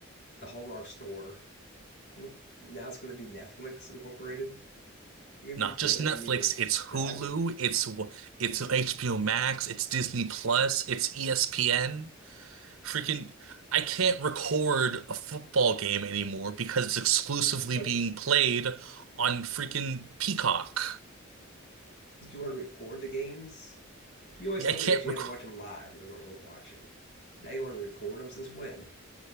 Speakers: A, on the left (about 55°); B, on the right (about 80°).
A: the Hallmark store. What, now it's going to be Netflix Incorporated. You're going
B: not
A: to be
B: just
A: banned
B: Netflix,
A: from even subscribing.
B: it's Hulu, it's w- it's HBO Max, it's Disney Plus, it's ESPN. Freaking, I can't record a football game anymore because it's exclusively
A: But
B: being played on freaking Peacock.
A: did you want to record the games? You always
B: Yeah,
A: told
B: I can't
A: me that you
B: record,
A: had to watch them live, or they weren't worth watching. Now you want to record them since when?